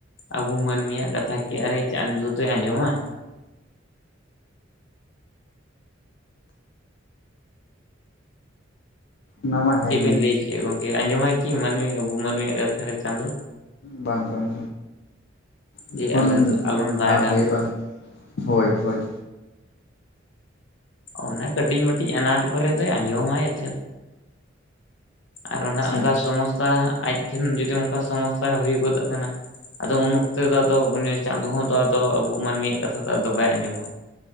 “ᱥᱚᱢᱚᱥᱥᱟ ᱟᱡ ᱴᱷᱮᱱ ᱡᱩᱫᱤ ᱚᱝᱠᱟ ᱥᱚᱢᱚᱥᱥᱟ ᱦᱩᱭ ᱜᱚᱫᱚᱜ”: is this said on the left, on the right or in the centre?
Left